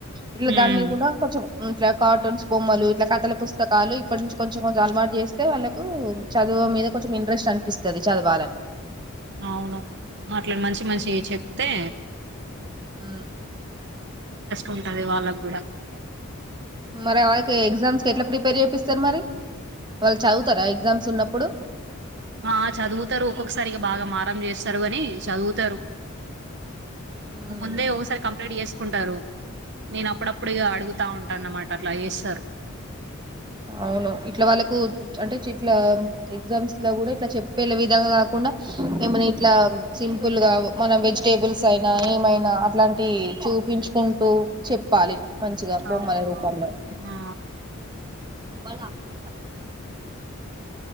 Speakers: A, on the right; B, on the right.
A: ఇట్లా
B: ఉమ్
A: దాని మీద కూడా కొంచం ఇట్లా కార్టూన్స్ బొమ్మలు ఇట్లా కథల పుస్తకాలు ఇప్పటి నుంచి కొంచం కొంచం అలవాటు చేస్తే వాళ్ళకు చదు మీద కొంచెం ఇంట్రెస్ట్ అనిపిస్తుంది చదవాలని
B: అవును మాట్లాడి మంచి మంచి చెప్తే
A: ఉ
B: కష్టం ఉంటది వాళ్ళక్కూడా
A: మరి వాలకి ఎగ్జామ్స్ కి ఎట్లా ప్రిపేర్ చేపిస్తరు మరి వాళ్ళు చదువుతారా ఎగ్జామ్స్ ఉన్నప్పుడు
B: ఆ చదువుతారు ఒక్కొక్కసారి బాగా మారం చేస్తారు గని చదువుతారు
A: ఉమ్.
B: ముందే ఒగసారి కంప్లేట్ జేస్కుంటారు. నేనప్పుడప్పుడిగ అడుగుతా ఉంటాన్నమాట అట్ల ఏస్
A: ఔను ఇట్ల వాళ్ళకు అంటె చిట్లా ఎగ్జామ్స్ లో గుడ ఇట్ల చెప్పేలె విధంగ కుండ ఏమనిట్లా సింపుల్గ మన వెజ్ టేబుల్సైనా ఏమైనా అట్లాంటి చూపించుకుంటూ చెప్పాలి మంచిగ బొమ్మల
B: ఆ
A: రూపంలొ
B: అవును ఆ
A: వాళ్ళ అముంత